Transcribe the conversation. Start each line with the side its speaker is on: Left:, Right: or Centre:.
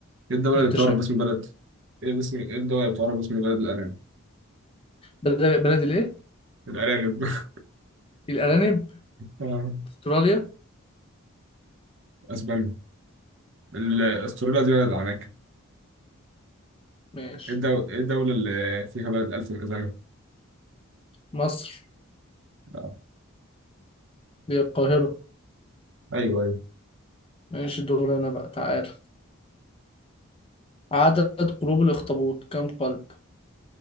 Right: ايه الدولة
Left: اللي
Right: اللي
Left: انت
Right: بتعرف
Left: شايف
Right: باسم بلد ايه باسم ايه الدولة اللي بتعرف باسم بلد الأرانب
Left: بلد... بلد الايه
Right: الأرانب <laughs>
Left: الأرانب
Right: آه.
Left: استراليا
Right: اسبانيا ال- استراليا دي بلد العناكب
Left: ماشي
Right: ايه الدو- إيه الدولة اللي فيها بلد الألف الأذنة
Left: مصر
Right: آه.
Left: دي القاهرة
Right: ايوه ايوه
Left: ماشي دور انا بقى تعالى عدد قلوب الأخطبوط كم قلب